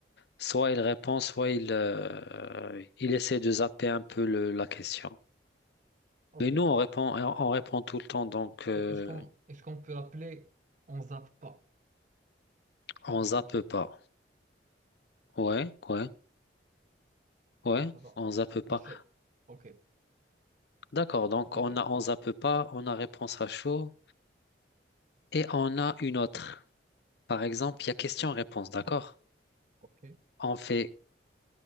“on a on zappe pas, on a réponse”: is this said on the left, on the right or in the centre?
Left